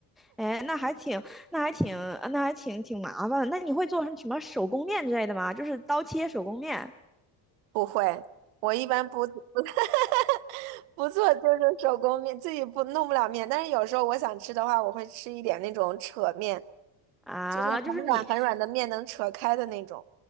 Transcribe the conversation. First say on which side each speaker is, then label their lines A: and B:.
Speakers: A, in the centre; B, on the right.
A: 哎，那还挺，那还挺，那还挺挺麻烦的。那你会做成什么手工面之类的吗？就是刀切手工面
B: 不会，我一般不不 <laughs> 不做就是手工面，自己不弄不了面，但是有时候我想吃的话，我会吃一点那种扯面。
A: 啊，
B: 就是很软很软的面能扯开的那种。
A: 就是你